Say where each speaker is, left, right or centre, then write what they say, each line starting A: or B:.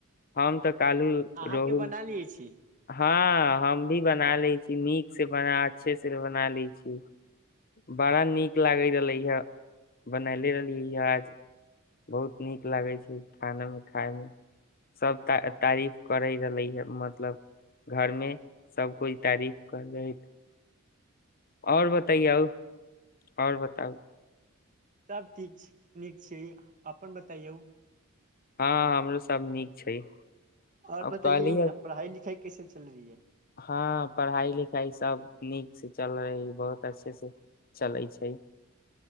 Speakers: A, on the left (about 40°); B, on the right (about 35°).
A: हम तऽ कालू
B: अहाँके
A: रहू
B: बना लियै छी
A: हँ हम भी बना ले छी नीक से बना अच्छे से बना ले छी बड़ा नीक लागे रहले ह बनले रहलियै य आज बहुत नीक लागै छै खाना मे खााय मे सब त तारीफ करे रहले हे मतलब घरमे सब कोइ तारीफ कर दैत आओर बताइए आउ आओर बताउ
B: सब ठीक छै नीक छै अपन बतयौ
A: हँ हमरो सब नीक छै
B: आओर
A: अब
B: बताइयए
A: कहली ह
B: न पढ़ाई लिखाइ कैसे चल रहीै
A: हँ पढ़ाई लिखाई सब नीक से चल रहै बहुत अच्छे से चलै छै